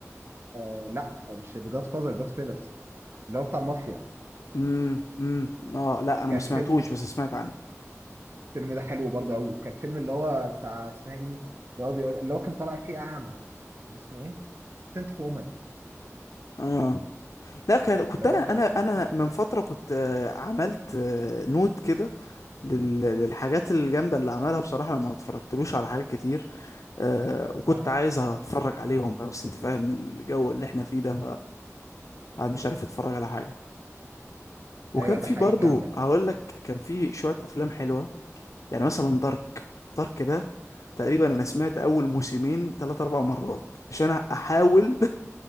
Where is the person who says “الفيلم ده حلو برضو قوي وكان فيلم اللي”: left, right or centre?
Right